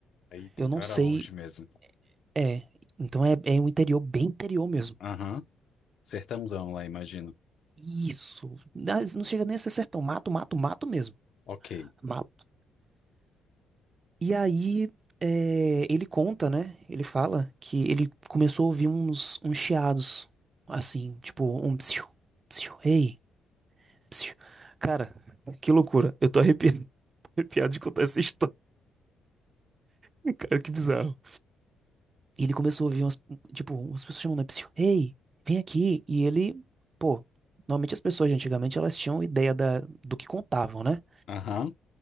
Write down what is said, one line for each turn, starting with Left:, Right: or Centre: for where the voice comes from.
Left: Aí,
Right: Eu
Left: então
Right: não
Left: era
Right: sei.
Left: longe mesmo.
Right: É. Então é, é um interior bem interior mesmo.
Left: Aham, Sertãozão lá, imagino.
Right: Isso. Não não chega nem a ser sertão. Mato, mato, mato mesmo.
Left: Ok.
Right: Mato. E aí, é, ele conta, né? Ele fala que ele começou a ouvir uns, uns chiados, assim, tipo, um psiu, psiu, ei, psiu. Cara, que loucura. Eu tô arrepiado, <laughs> arrepiado de contar essa história. <laughs> Cara, que bizarro. E ele começou a ouvir umas, tipo, umas pessoas chamando, né, psiu, ei, vem aqui. E ele, pô, normalmente as pessoas de antigamente, elas tinham ideia da, do que contavam, né?
Left: Aham,